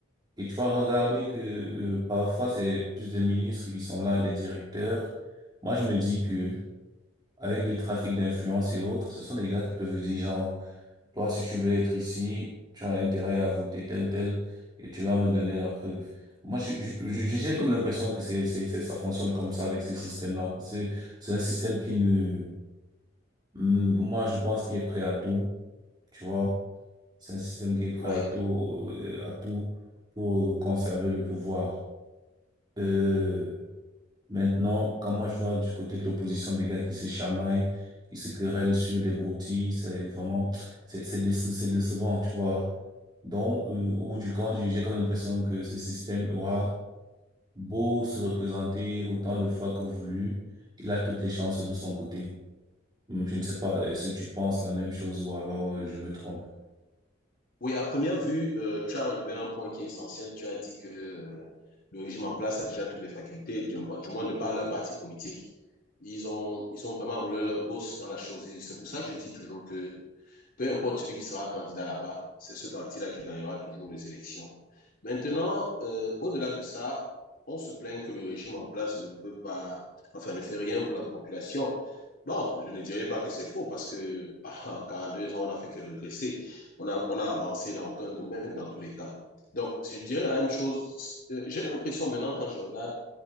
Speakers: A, on the right; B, on the left.
A: Et tu vas regarder que euh, parfois, c'est plus des ministres qui sont là, des directeurs. Moi, je me dis que, avec le trafic d'influence et autres, ce sont des gars qui peuvent dire genre, toi, si tu veux être ici, tu as intérêt à voter tel, tel, et tu vas me donner la preuve. Moi, je- je- je- j'ai comme l'impression que c'est, c'est, c'est- ça fonctionne comme ça avec ces systèmes-là, parce que c'est un système qui ne, Hmm, moi, je pense qu'il est prêt à tout, tu vois. C'est un système qui est prêt
B: oui.
A: à tout, euh, à tout pour euh, conserver le pouvoir. Euh, Maintenant, quand moi je vois du côté de l'opposition des gars qui se chamaillent, qui se querellent sur des broutilles, c'est vraiment, c'est c'est déce- c'est décevant, tu vois. Donc, euh, au bout du compte, j'ai j'ai comme l'impression que ce système aura beau se représenter autant de fois que voulu, il a toutes les chances de son côté. Hum, Je ne sais pas, est-ce que tu penses la même chose ou alors euh, je me trompe?
B: Oui, à première vue, euh, tu as relevé un point qui est essentiel. Tu as dit que euh, le régime en place a déjà toutes les facultés, du, moins du moins de par leur parti politique. Ils ont, ils ont vraiment roulé leur bosse dans la chose. Et c'est pour ça que je dis toujours que peu importe celui qui sera candidat là-bas, c'est ce parti-là qui gagnera toujours les élections. Maintenant, euh, au-delà de ça, on se plaint que le régime en place ne veut pas, enfin, ne fait rien pour la population. Bon, je ne dirais pas que c'est faux parce que <laughs> en 42 ans, on n'a fait que régresser. On a, on a avancé dans aucun domaine dans tous les cas. Donc, je dirais la même chose. Euh, J'ai l'impression maintenant quand je regarde